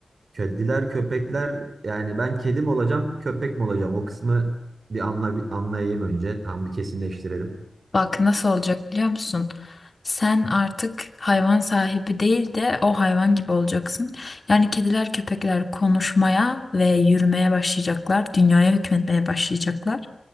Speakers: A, on the right; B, on the left.
A: Kediler köpekler yani ben kedi mi olacağım köpek mi olacağım o kısmı bir anla bir anlayayım önce tam bir kesinleştirelim.
B: Bak nasıl olacak biliyor musun? Sen artık hayvan sahibi değil de o hayvan gibi olacaksın. Yani kediler, köpekler konuşmaya ve yürümeye başlayacaklar, dünyaya hükmetmeye başlayacaklar.